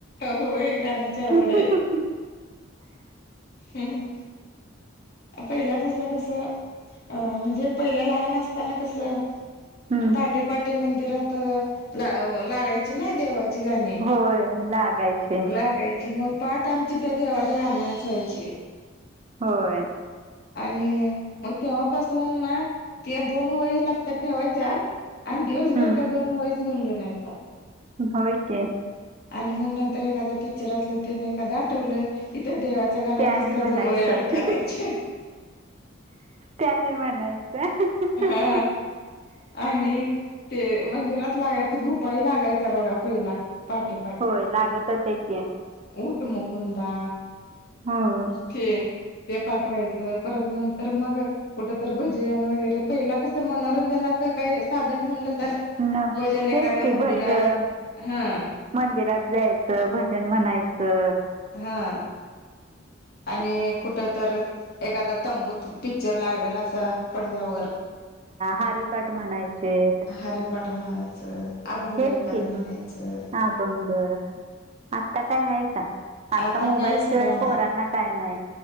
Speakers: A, on the left (about 55°); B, on the right (about 35°).
A: होय गाण्याची आवड
B: हम्म
A: आहे हम पहिल्यापासन कसं अ म्हणजे पहिल्या लहान असताना कसं
B: हम्म
A: पाहाटेपाहाटे मंदिरात लागायची ने देवाची गाणी
B: होय लागायचे
A: लागायची मग पाठ आमची त्या देवाच्या गाण्यानेच व्हायची
B: होय
A: आणि मग तेव्हापासून ना त्या दोन वळी लक्षात ठेवायच्या आणि दिवसभर
B: हम्म
A: त्या दोन वळीच गुनगुनायच्या
B: होय कि
A: आणि मग नंतर एखादा पिक्चरातलं तेन एखादं आठवलं की त्या देवा त्या गाण्यातच
B: त्याने
A: त्या
B: म्हणायचं
A: दोन वोळी अँड करायचे
B: त्याने म्हणायचं
A: हा आणि ते मंदिरात लागायचे भोपाई लागायचा बघा पहिला पहाटे
B: होय लागत होत्या कि
A: ऊट मुकुंदा
B: होय
A: ते ते पाठवायचं परत नंतर मग कुठ तर भजन वगैरे पहिला कस मनोरंजन नाच काही साधन म्हणलं तर
B: न
A: भजन
B: हेच
A: एखाद्या
B: की
A: मंदिरात
B: भजन
A: हा
B: मंदिरात जायचं भजन म्हणायचं
A: हा
B: ह
A: आणि कुठ तर एखादा तंबूत पिक्चर लागलेला असा पडद्यावर
B: हारिपाट म्हणायचेत.
A: हरिपाठ म्हणायचं अभंग
B: हेच
A: एखाद
B: की
A: म्हणायचं
B: आभंग आता काय आहे का?
A: आता
B: मोबाईल
A: काही सुधा
B: शिवाय
A: नाही
B: पोरांना काय नाही